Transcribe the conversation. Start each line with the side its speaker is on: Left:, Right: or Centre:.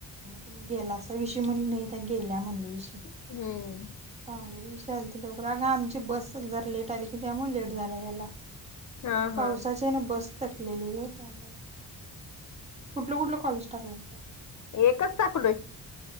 Right: तुम्ही गेला अस विषय म्हण नाही त्या गेल्या म्हणल्या विषयी.
Left: हम्म.
Right: थांबलेली विशाल त लोक रागा आमची बस जरा लेट आली की त्यामुळे लेट झाला याला.
Left: हा
Right: ते पावसाचे
Left: हा
Right: बस तटलेली गं, कुठलं कुठलं कॉलेज टाकल्यास?
Left: एकच टाकलोय.